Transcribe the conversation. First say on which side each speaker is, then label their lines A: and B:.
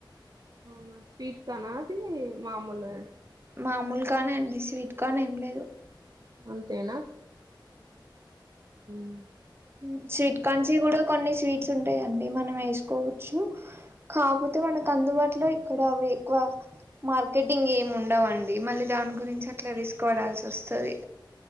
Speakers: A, on the right (about 50°); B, on the right (about 30°).
A: అవునా స్వీట్ కానా అది మాములా
B: మామూలు కానే అండి స్వీట్ కాన్ ఏం లేదు.
A: అంతేనా మ్మ్
B: మ్మ్ స్వీట్ కాన్స్ కూడా కొన్ని స్వీట్ స్ ఉంటాయిడి మనం వేసుకోవచ్చు కాపోతే మనకు అందుబాటులో ఇక్కడ అవి ఎక్కువ మార్కెటింగ్ ఏమి ఉండవండి. మళ్ళీ దాని గురించి అట్లా రిస్క్ వడాల్సి వస్తది.